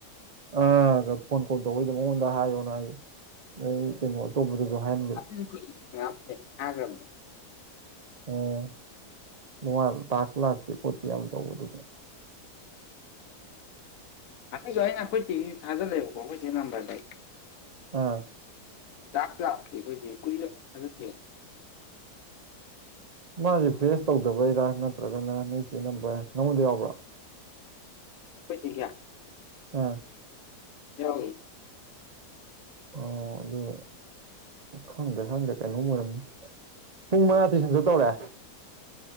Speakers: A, on the right (about 40°); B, on the left (about 55°).
A: ꯑ ꯐꯣꯟ ꯀꯣꯜ ꯇꯧꯕꯏꯗꯣ ꯃꯉꯣꯟꯗ ꯍꯥꯏꯌꯣꯅ ꯍꯥꯏ ꯑꯗ ꯀꯩꯅꯣ ꯑꯇꯣꯞꯄꯗꯁꯨ ꯍꯥꯏꯅꯒꯦ
B: ꯑꯩꯉꯣꯟꯗꯥ ꯁꯨ ꯀꯨꯏꯔꯦ ꯍꯪ ꯉꯛꯑꯃꯕꯅꯦ ꯊꯥꯈ꯭ꯔꯕꯅꯦ
A: ꯑꯣ ꯇꯥꯛꯁ ꯂꯥꯛꯇꯦ ꯈꯣꯠꯇꯦ ꯌꯥꯝ ꯇꯧꯕ ꯑꯗꯨꯗ
B: ꯑꯗꯨꯗ ꯑꯩꯅ ꯑꯩꯈꯣꯏ ꯆꯦꯒꯤꯁꯨ ꯊꯥꯖꯜꯂꯦꯕꯀꯣ ꯑꯩꯈꯣꯏ ꯆꯦ ꯅꯝꯕꯔꯗꯩ
A: ꯑꯥ
B: ꯇꯥꯁ꯭ꯀ ꯂꯥꯛꯇꯦ ꯑꯩꯈꯣꯏ ꯆꯦ ꯀꯨꯏꯔꯦ ꯊꯥꯖꯟꯒꯤꯕꯥ
A: ꯃꯥ ꯔꯤꯐ꯭ꯔꯦꯁ ꯇꯧꯗꯕꯩꯔꯥ ꯅꯠꯇ꯭ꯔꯒꯅ ꯅꯣꯏ ꯆꯦ ꯅꯝꯕꯔ ꯅꯪꯉꯣꯟꯗ ꯌꯥꯎꯕ꯭ꯔꯥ
B: ꯈꯣꯏ ꯆꯦꯒꯤ
A: ꯑ
B: ꯌꯥꯎꯏ
A: ꯑꯣ ꯑꯗꯨ ꯈꯪꯗꯦ ꯈꯪꯗꯦ ꯀꯩꯅꯣꯝ ꯑꯣꯏꯔꯝꯃꯤ ꯄꯨꯡ ꯃꯉꯥ ꯇꯨꯏꯁꯟ ꯆꯠꯇꯧꯔꯦ